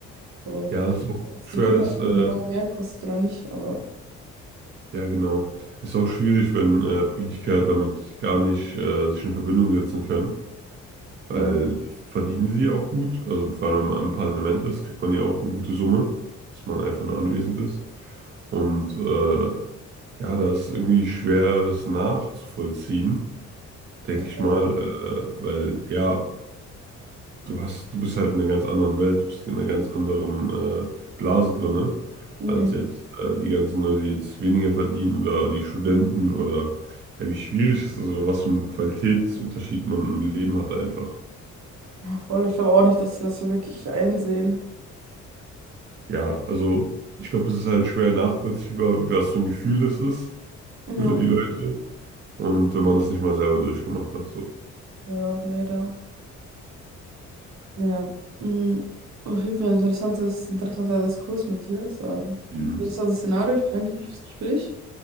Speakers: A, on the right; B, on the right.
A: So,
B: Ja, es ist auch
A: ob jetzt
B: schwer,
A: die Butter
B: dass
A: irgendwie
B: äh,
A: einen Euro mehr kostet oder nicht, aber
B: ja genau. Es Ist auch schwierig, wenn, äh, Politiker damit gar nicht, äh, sich in Verbindung setzen können, weil
A: ja,
B: verdienen sie ja auch gut. Also, vor allem, wenn man im Parlament ist, kriegt man ja auch eine gute Summe, dass man einfach nur anwesend ist. Und, äh, ja, da ist es irgendwie schwer, das nachzuvollziehen, denke
A: total.
B: ich mal, äh, weil ja du hast, du bist halt in einer ganz anderen Welt, du bist in einer ganz anderen äh, Blase drinne,
A: Hm.
B: als jetzt äh, die ganzen Leute, die jetzt weniger verdienen oder die Studenten oder ja, wie schwierig es ist oder was für einen Qualitätsunterschied man im Leben hat einfach.
A: Ja, voll. Ich glaube auch nicht, dass sie das so wirklich einsehen.
B: Ja, also ich glaube, es ist halt schwer nachvollziehbar, wie- was für ein Gefühl es ist
A: Ja,
B: für die Leute und wenn man das nicht mal selber durchgemacht hat, so.
A: ja, leider. Naja. Hm. Auf jeden Fall ein interessantes, interessanter Diskurs mit dir. Es war ein
B: Mhm.
A: interessantes Szenario. Ich bedanke mich fürs Gespräch.